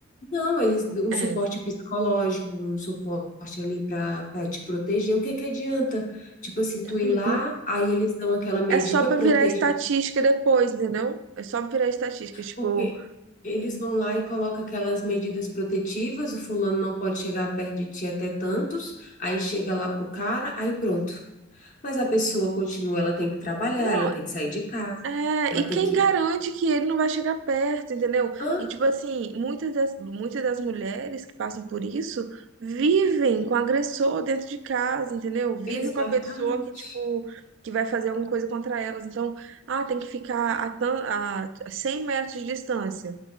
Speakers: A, on the left (about 40°); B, on the right (about 60°).
A: Não, eles um
B: É.
A: suporte psicológico, um suporte ali para para te proteger. O que que adianta? Tipo assim, tu ir
B: Uhum.
A: lá, aí eles dão aquela medida
B: É só pra
A: protetiva
B: virar estatística depois, entendeu? É só pra virar estatística, tipo,
A: Porque eles vão lá e colocam aquelas medidas protetivas, o fulano não pode chegar perto de ti até tantos, aí chega lá pro cara, aí pronto. Mas a pessoa continua, ela tem que trabalhar,
B: não,
A: ela tem que sair de casa,
B: É,
A: ela
B: e
A: tem
B: quem
A: que.
B: garante que ele não vai chegar perto, entendeu?
A: Hã?
B: E, tipo assim, muitas das, muitas das mulheres que passam por isso vivem com o agressor dentro de casa, entendeu? Vivem
A: Exatamente.
B: com a pessoa que, tipo, que vai fazer alguma coisa contra elas. Então, ah, tem que ficar a, tan- a 100 metros de distância.